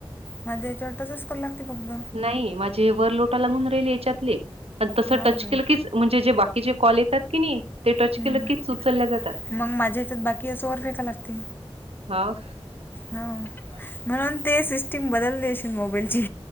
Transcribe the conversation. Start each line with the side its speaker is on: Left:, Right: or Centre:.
Left: माझ्या वटच कू लागते फक्त.
Right: नाही माझे वर लोट लाून राहि याच्यातले प तस
Left: हो
Right: टच
Left: काय?
Right: केलं की. म्हणजे जे बाकीचे कॉल येतात की नाही ते टच
Left: हम्म.
Right: केलं की सुचलल्या जात.
Left: मग माझ्या हच्यात बाकी असं वर फेका लागते.
Right: हा.
Left: हो म्हणून ते सिस्टीम बदललेशील मोबाईलची.